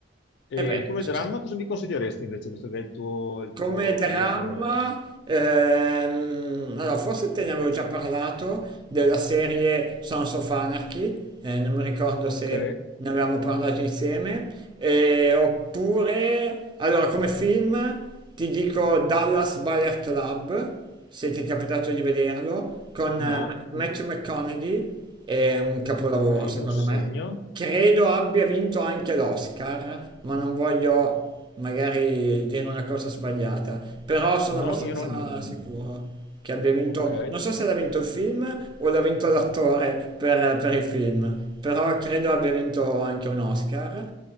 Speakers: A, on the left; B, on the right.
A: E
B: Eh beh,
A: come
B: ci
A: dramma
B: sta.
A: cosa mi consiglieresti invece, visto che è il tuo, il
B: Come
A: tuo
B: dramma,
A: genere?
B: ehm, allora forse te ne avevo già parlato della serie Sons of Anarchy, eh, non mi ricordo
A: Ok,
B: se ne avevamo parlato insieme, eh, oppure, allora come film ti dico Dallas Buyer Club, se ti è capitato di vederlo, con
A: no,
B: eh,
A: mm,
B: Matthew McConaughey, è un capolavoro
A: ok, me
B: secondo
A: lo segno.
B: me. Credo abbia vinto anche l'Oscar, ma non voglio magari dire una cosa sbagliata, però sono abbastanza
A: No, io non... non-
B: sicuro che abbia vinto,
A: Ok.
B: non so se l'ha vinto il film o l'ha vinto l'attore per, per il film, però credo abbia vinto anche un Oscar.